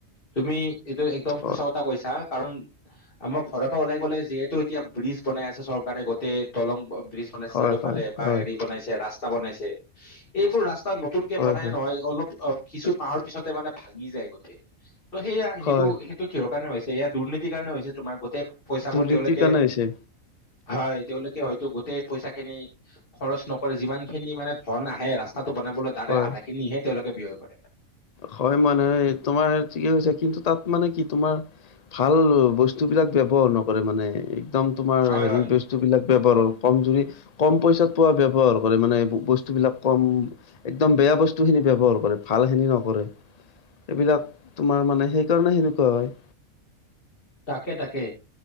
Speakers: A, on the left; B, on the left.
A: তুমি এইটো একদম
B: হয়,
A: সঁচা কথা কৈছা। কাৰণ আমাৰ ঘৰৰ পৰা ওলাই গ'লে যিহেতু এতিয়া ব্ৰিজ বনাই আছে চৰকাৰে গোটেই দলং ব্ৰিজ বনাই
B: হয়,
A: চাৰিওফালে
B: হয়,
A: বা
B: হয়,
A: হেৰি বনাইছে ৰাস্তা বনাইছে, এইবোৰ ৰাস্তাত নতুনকে
B: হয়,
A: বনাই
B: হয়,
A: নহয়, অলপ অহ কিছু মাহৰ পিছতে মানে ভাঙি যায় গোটেই। ত' সেয়া সেইটো-সেইটো
B: হয়,
A: কিহৰ কাৰণে হৈছে, এয়া দুৰ্নীতিৰ কাৰণে হৈছে। তোমাৰ গোটেই পইচাবোৰ
B: দুৰ্নীতিৰ
A: তেওঁলোকে
B: কাৰণে হৈছে
A: হয়, তেওঁলোকে হয়তো গোটেই পইচাখিনি খৰচ নকৰে, যিমানখিনি মানে ধন আহে ৰাস্তাটো বনাবলৈ তাৰে
B: হয়।
A: আধাখিনিহে তেওঁলোকে ব্যয় কৰে।
B: হয় মানে তোমাৰ ঠিকে কৈছে, কিন্তু তাত মানে কি তোমাৰ ভাল বস্তুবিলাক ব্যৱহাৰ নকৰে মানে। একদম তোমাৰ
A: হয়
B: হেৰি
A: হয়
B: বস্তুবিলাক ব্যৱহাৰ কমজুৰি কম পইচাত পোৱা ব্যৱহাৰ কৰে মানে বস্তুবিলাক কম, একদম বেয়া বস্তুখিনি ব্যৱহাৰ কৰে, ভালখিনি ন নকৰে, এইবিলাক তোমাৰ মানে সেইকাৰণে সেনেকুৱা হয়।
A: তাকে, তাকে।